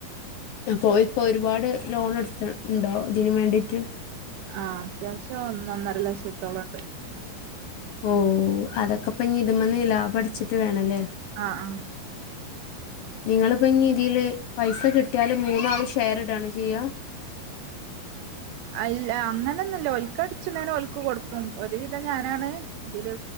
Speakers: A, on the left (about 75°); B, on the right (about 85°).
A: അപ്പൊ ഇപ്പൊ ഒരുപാട് ലോണെടുത്ത് ഇണ്ടാവോ ഇതിനും വേണ്ടീട്ട്
B: ആഹ് അത്യാവശ്യം ഒന്ന് ഒന്നര ലക്ഷത്തോളെണ്ട്
A: ഓഹ് അതൊക്കെ ഇപ്പ ഇന്നി ഇത്‌മ്മന്ന് ലാഭ അടിച്ചിട്ട് വേണല്ലേ?
B: ആഹ് ആഹ്
A: നിങ്ങളിപ്പോ ഇനി ഇതില് പൈസ കിട്ടിയാല് മൂന്നാള് ഷെയർ ഇടാണോ ചെയ്യാ
B: അൽ ആഹ് അങ്ങനൊന്നും ഇല്ലാ ഓൽക്ക് അടിച്ചണേന് ഓൽക്ക് കൊടുക്കും ഒരുവിധം ഞാനാണ് ഇതില്